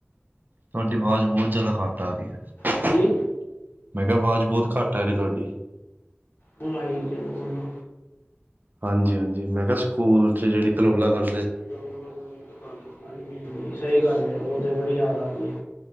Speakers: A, on the right; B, on the left.
A: ਤੁਹਾਡੀ ਆਵਾਜ਼ ਬਹੁਤ ਜਿਆਦਾ ਘੱਟ ਆ ਰਹੀ ਹੈ
B: ਹਾਂਜੀ
A: ਮੈਂ ਕਿਹਾ ਆਵਾਜ਼ ਬਹੁਤ ਘੱਟ ਘਰੇ ਤੁਹਾਡੀ
B: ਹੁਣ ਆਈ ਨੀ ਚੱਲੋ ਬੋਲੋ
A: ਹਾਂਜੀ ਹਾਂਜੀ ਮੈਂ ਕਿਹਾ ਸਕੂਲ ਚ ਜਿਹੜੀ ਕਲੋਲਾ ਕਰ
B: ਹਾਂ ਹਾਂ ਸਹੀ ਗੱਲ ਉਹ ਤੇ ਬੜੀ ਯਾਦ ਆ ਗਹੀ ਹੈ